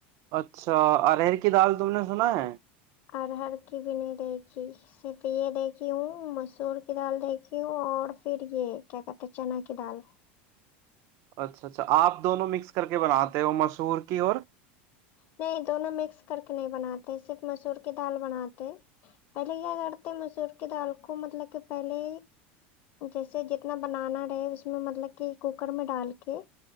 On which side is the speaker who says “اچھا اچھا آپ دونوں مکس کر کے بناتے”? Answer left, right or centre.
Right